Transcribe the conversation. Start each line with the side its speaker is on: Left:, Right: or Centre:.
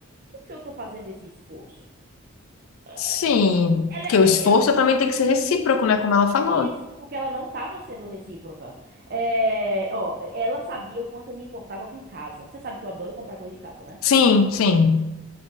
Right: por que eu tô fazendo esse esforço?
Left: Sim,
Right: É, é, Ela,
Left: porque o
Right: é,
Left: esforço
Right: eu,
Left: também tem que ser recíproco, né? Como ela falou.
Right: É isso, porque ela não estava sendo recíproca. É, ó, ela sabia o quanto eu me importava com casa. Você sabe que eu adoro comprar coisa de casa, né?
Left: Sim, sim.